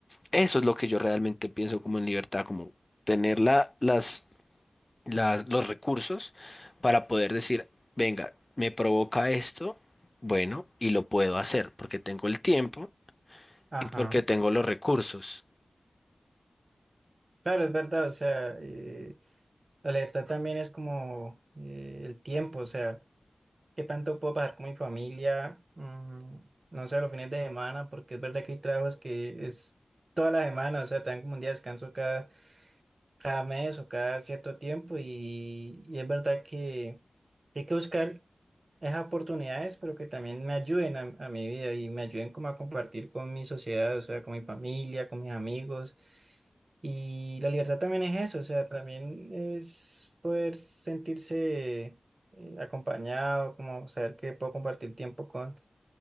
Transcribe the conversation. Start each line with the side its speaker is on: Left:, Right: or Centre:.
Left: Eso es lo que yo realmente pienso como en libertad, como tener la, las las- los recursos para poder decir, venga, me provoca esto, bueno, y lo puedo hacer porque tengo el tiempo
Right: Ajá,
Left: y porque tengo los recursos.
Right: claro, es verdad, o sea, eh, la libertad también es como eh, el tiempo, o sea, qué tanto puedo pasar con mi familia, mm, no sé, los fines de semana, porque es verdad que hay trabajos que es toda la semana, o sea, te dan como un día de descanso cada, cada mes o cada cierto tiempo y, y es verdad que hay que buscar esas oportunidades, pero que también me ayuden a, a mi vida y me ayuden como a compartir con mi sociedad, o sea, con mi familia, con mis amigos. Y la libertad también es eso, o sea, también es poder sentirse eh, acompañado, como saber que puedo compartir tiempo con